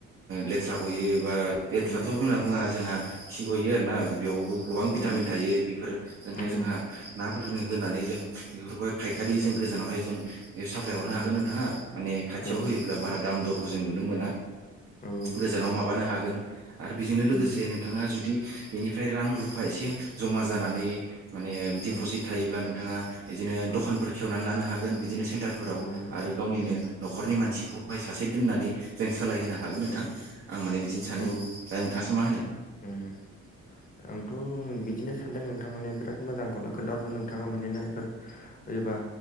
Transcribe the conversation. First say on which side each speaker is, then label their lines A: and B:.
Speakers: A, on the right; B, on the left.
A: लेथ्रा गयो बा लेथ्राथ'
B: औ
A: होनना बुङा जोंहा खिगयो आर ना बेयावबो गोबां भिटामिन
B: औ
A: थायो बेफोरजोंहाय
B: उम
A: जोंहा नाफोरनो होनानै जों बेफोरखौहाय फायखारि जों गोजानावहाय जों बे साप्लाय हरनो
B: औ
A: हागोन नोंथाङा माने खाथियाव
B: औ
A: होयोब्ला बारा दाम दरखौ जों नुनो मोना
B: औ
A: गोजानाव माबानो हागोन आरो बेजोंनो लोगोसे
B: उम
A: नोंथाङा जुदि बेनिफ्राय रां रु फा एसे जमा जानानै माने दिपजिट
B: औ
A: थायोब्ला नोंथाङा बिदिनो दखानफोर
B: औ
A: खेवनानै लानो हागोन बिदिनो सेन्टारफोराव
B: औ उम
A: आरो गावनिनो न'खरनि मानसिखौ बेहाय सासे दोननानै जों सालायहोनो हागोन नोंथां
B: औ
A: आं माने बिदिनो सानो,
B: औ
A: दा नोंथाङासो मा होनो?
B: उम आंथ' बिदिनो सान्दों नोंथां माने बिराद मोजांखौनो खोन्थाहरदों नोंथाङा माने ना बेफोर एबा